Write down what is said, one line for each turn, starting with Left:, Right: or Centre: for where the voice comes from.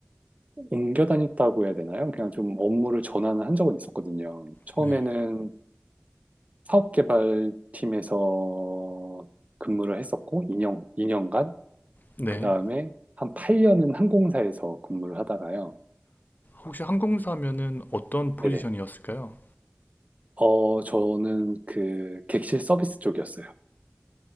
Right: 옮겨 다녔다고 해야 되나요? 그냥 좀 업무를 전환을 한 적은 있었거든요. 처음에는
Left: 네,
Right: 사업개발팀에서 근무를 했었고, 2년, 이 년간
Left: 네.
Right: 그 다음에 한 8년은 항공사에서 근무를 하다가요.
Left: 혹시 항공사면은 어떤 포지션이었을까요?
Right: 네네. 어, 저는 그 객실 서비스 쪽이었어요.